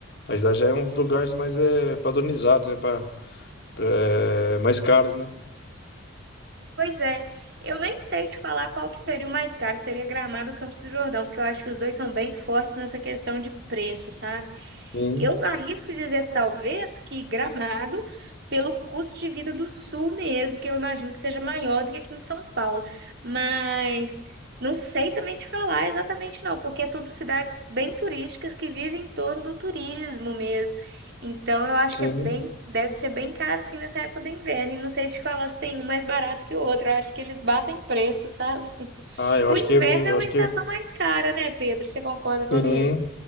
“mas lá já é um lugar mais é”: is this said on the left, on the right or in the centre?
Left